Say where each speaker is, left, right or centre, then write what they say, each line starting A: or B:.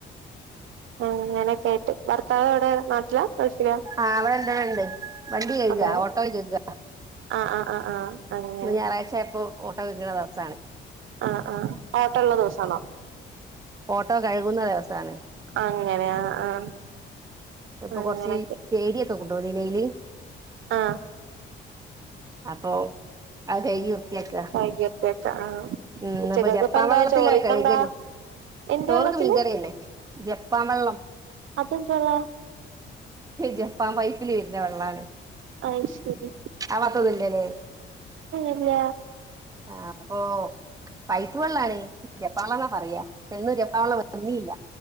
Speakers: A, on the right; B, on the right.
A: ആഹ് അങ്ങനൊക്കെയ്ട്ട് ഭർത്താവ് എവിടെ നാട്ടിലാ ഗൾഫിലാ?
B: ആള് എന്റകയ് ഇണ്ട് വണ്ടി കയ്ക
A: അതെ
B: ഓട്ടോ കയ്ക.
A: ആഹ് ആഹ് ആഹ് ആഹ്. അങ്ങനെ
B: ഇന്ന് ഞായറാഴ്ചയപ്പോ ഓട്ടോ കയ്ക്ണ ദെവസാണ്.
A: ആഹ് ആഹ് ഓട്ടൊള്ള ദിവസാണോ?
B: ഓട്ടോ കഴുകുന്ന ദിവസാണ്.
A: അങ്ങനെ ആഹ് ആഹ്.
B: ഇപ്പൊ കൊറച്ച്
A: അങ്ങനൊക്കെ
B: ചെകിരിയൊക്കെ കൊണ്ടൊന്നിലയ്ല്
A: ആഹ്
B: അപ്പൊ അത് കൈകി വൃത്തിയാക്ക.
A: അയ്യെപ്പെട്ട ആഹ്
B: ഇന്നിപ്പൊ
A: ഉച്ചക്കൊക്കെ
B: ജപ്പാവള്ളത്തിലാ
A: ഇപ്പ എന്താ ചോറിക്കെന്താ
B: കഴുകല്
A: എന്ത്
B: ചോർക്ക്
A: വെള്ളത്തിന്
B: മീൻകറില്ലേ. ജപ്പാൻ വെള്ളം
A: അതെന്ത് വെള്ള
B: ജപ്പാൻ പൈപ്പില് വെര്ണെ വെള്ളാണ്
A: അത്ശെരി
B: അഭാത്തൊന്നുല്ലല്ലേ
A: ഇല്ല
B: ആഹ് അപ്പൊ പൈപ്പ് വെള്ളാണ് ജെപ്പാൻവെള്ള പറയാ വടെന്നു ജപ്പാൻ വെള്ളം വന്നീല്ല